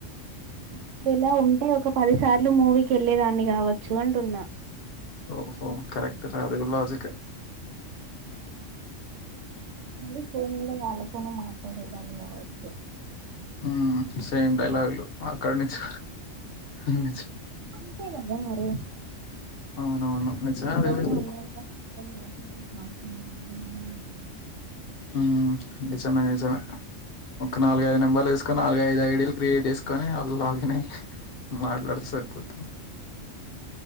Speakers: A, on the right; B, on the left.
A: ఇప్పుడు ఇలా ఉంటే ఒక పదిసార్లు మూవికి వెళ్ళేదాన్ని కావచ్చు అంటున్నా
B: ఓహో కరెక్ట్ <unintelligible> అది కూడా లాజికే
A: మళ్ళీ ఫోన్ కూడా కావా <unintelligible> మాట్లాడేదాన్ని కావచ్చు
B: మ్మ్ సేమ్ డైలాగులు అక్కడ నుంచి మ్మ్
A: అంతే కదా మరి
B: అవునవును నిజమే
A: ఎవరో
B: అది కూడా
A: అన్నోన్ పర్సన్ తోని అవసరమేముంది మొబైల్ ఉండగా
B: ఆ నిజమే నిజమే ఒక నాలుగైదు నెంబర్లు వేసుకొని నాలుగై ఐదు ఐడిలు క్రియేట్ చేసుకొని వాళ్ళు లాగిన్ అయ్యి మాట్లాడితే సరిపోతుంది